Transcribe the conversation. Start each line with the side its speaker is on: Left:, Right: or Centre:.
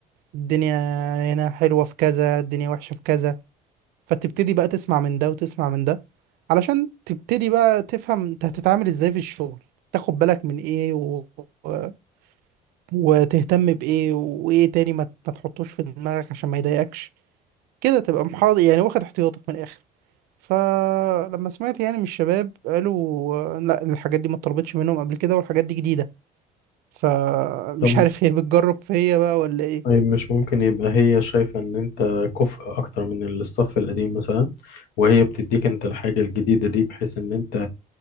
Right: الدنيا هنا حلوة في كذا الدنيا وحشة في كذا فتبتدي بقى تسمع من ده وتسمع من ده علشان تبتدي بقى تفهم انت هتتعامل ازاي في الشغل تاخد بالك من ايه و... و- وتهتم بايه وايه تاني ما, ما تحطوش في دماغك عشان ما يضايقكش كده تبقى محاضر يعني واخد احتياطك من الاخر فلما سمعت يعني من الشباب قالوا آه، لا الحاجات دي ما اتطلبتش منهم قبل كده والحاجات دي جديدة فمش
Left: طب
Right: عارف هي بتجرب فيا بقى ولا ايه
Left: طيب مش ممكن يبقى هي شايفة ان انت كفء اكتر من الاستاف القديم مثلا وهي بتديك انت الحاجة الجديدة دي بحيث ان انت